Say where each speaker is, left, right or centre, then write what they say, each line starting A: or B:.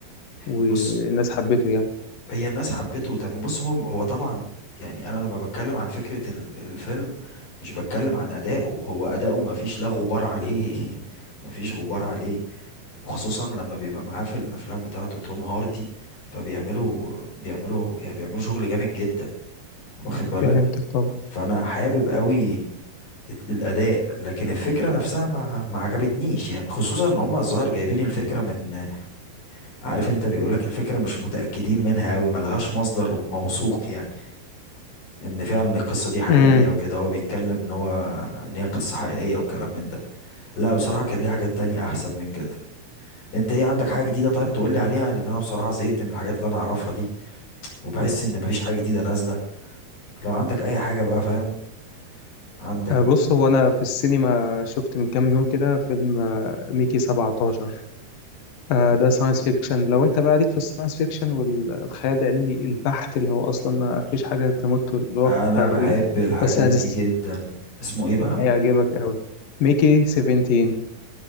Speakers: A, on the left; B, on the left.
A: والناس
B: بص
A: حبته يعني
B: هي الناس حبته طب بص هو هو طبعا يعني انا لما بتكلم عن فكرة ال- الفيلم مش بتكلم عن اداؤه هو اداؤه ما فيش لا غبار عليه <laughs> ما فيش غبار عليه وخصوصا لما بيبقى معاه في الافلام بتاعته توم هاردي فبيعملوا بيعملوا يعني بيعملوا شغل جامد جدا واخد بالك
A: فهمتك طبعا
B: فانا حابب قوي الاداء لكن الفكره نفسها ما ما عجبتنيش يعني خصوصا ان هم الظاهر جايبين الفكره من عارف انت بيقولك الفكره مش متاكدين منها قوي ملهاش مصدر موثوق يعني ان فعلا القصه دي حقيقيه
A: امم
B: وكده هو بيتكلم ان هو ان هي قصه حقيقيه وكلام من ده لا بصراحه كان ليه حاجات تانية احسن من كده انت ايه عندك حاجة جديدة طيب تقول لي عليها لان انا بصراحة زهقت من الحاجات اللي انا اعرفها دي وبحس ان مفيش حاجة جديدة نازلة لو عندك اي حاجة بقى فاهم عندك
A: بص هو انا في السينما شفت من كام يوم كده فيلم آه، ميكي 17 آه ده ساينس فيكشن لو انت بقى ليك في الساينس فيكشن والخيال العلمي البحت اللي هو اصلا ما فيش حاجه تمت الواقع
B: انا بحب
A: بيه
B: الحاجات
A: بس هتست-
B: دي جدا اسمه ايه بقى
A: هيعجبك قوي ميكي 17